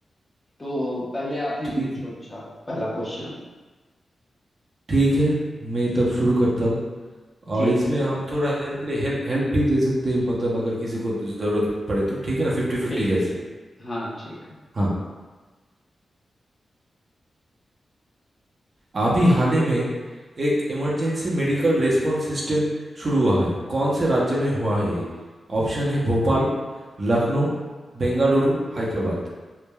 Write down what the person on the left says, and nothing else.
तो पहले आप ही
पूछो
अच्छा पहला क्वेश्चन
ठीक
है
ठीक
है ठीक हाँ ठीक है